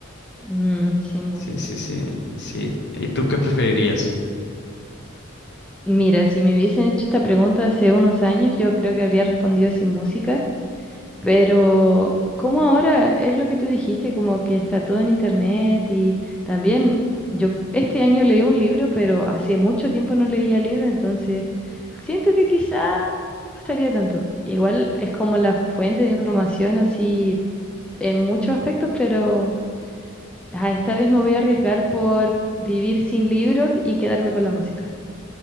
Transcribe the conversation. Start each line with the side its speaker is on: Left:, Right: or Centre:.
Centre: Mm, sin música.
Left: Sí, sí, sí, sí. ¿Y tú qué preferirías?
Centre: Mira, si me hubiesen hecho esta pregunta hace unos años, yo creo que habría respondido sin música, pero como ahora es lo que tú dijiste, como que está todo en internet y también yo este año leí un libro, pero hace mucho tiempo no leía libros, entonces siento que quizá no estaría tanto. Igual es como la fuente de información así en muchos aspectos, pero ah, esta vez me voy a arriesgar por vivir sin libros y quedarme con la música.